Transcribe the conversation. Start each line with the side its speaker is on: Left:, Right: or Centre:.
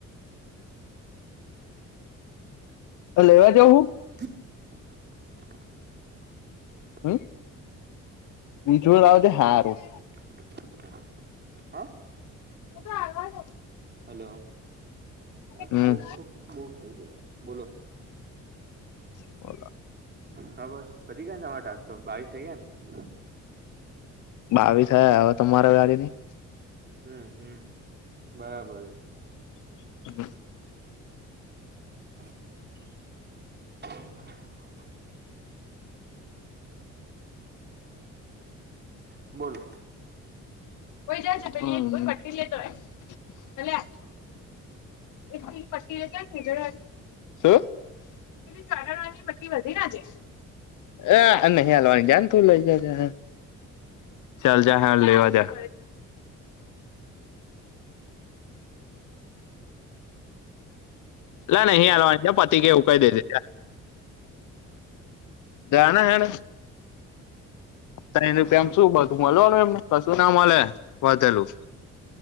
Left: લેવા જાવ હું.
Right: <unintelligible>
Left: હમ બીજું લાવજે હારું.
Right: <unintelligible> હ
Left: તો આગ <unintelligible>
Right: હલો આ
Left: હમ
Right: થોક થોક બહુ થઈ ગઈ બોલો.
Left: બોલો.
Right: હા બસ પતી ગયા ને તમા ટાસ્ક તો બાવી થઇ ગયા ને.
Left: બાવીસ થયા હવે તમારા ગાડી ની.
Right: હમ હમ બરાબર.
Left: <unintelligible> હમ
Right: <unintelligible> બોલો.
Left: <unintelligible> હમ <unintelligible> શું પેલી ચાડાણવાની પટ્ટી વધી ના છેે. હ નહી હાલવાની જને તું લઈ જજે. ચાલ જા હે લેવા જા. લ ના હ અલવા પતિ કે એ કઈ દે જે. જા ને હેર તને રૂપિયાનું શું બધું મલવાનુ એમને કશું ના મળે વધેલું.